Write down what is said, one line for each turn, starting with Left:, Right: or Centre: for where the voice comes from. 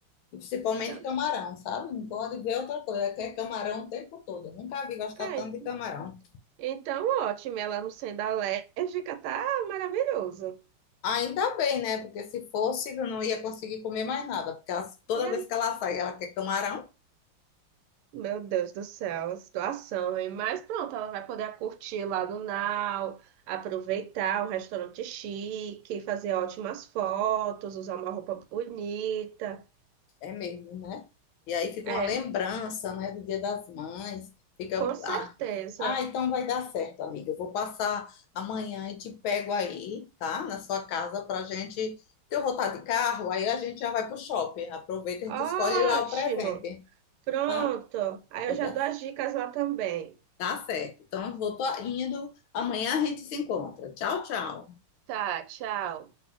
Left: E principalmente
Right: Então,
Left: camarão, sabe? Não pode ver outra coisa. Ela quer camarão o tempo todo. Nunca vi gostar
Right: é,
Left: tanto de camarão.
Right: então, ótimo. Ela não sendo alérgica, tá maravilhoso.
Left: Ainda bem, né? Porque se fosse, eu não ia conseguir comer mais nada. Porque ela- toda
Right: E
Left: vez que ela sai, ela quer camarão.
Right: Meu Deus do céu, situação, hein? Mas pronto, ela vai poder curtir lá no Nau, aproveitar um restaurante chique, fazer ótimas fotos, usar uma roupa bonita.
Left: É mesmo, né? E aí fica
Right: É,
Left: uma lembrança, né, do Dia das Mães. Fica,
Right: com certeza.
Left: ah, ah, então vai dar certo, amiga. Eu vou passar amanhã e te pego aí, tá? Na sua casa pra gente, que eu vou estar de carro, aí a gente já vai pro shopping. Aproveita, a gente
Right: Ótimo.
Left: escolhe lá o presente,
Right: Pronto.
Left: tá?
Right: Aí
Left: Pois
Right: eu já
Left: dá,
Right: dou as dicas lá também.
Left: tá certo. Então, eu vou tô indo. Amanhã a gente se encontra. Tchau, tchau.
Right: Tá, tchau.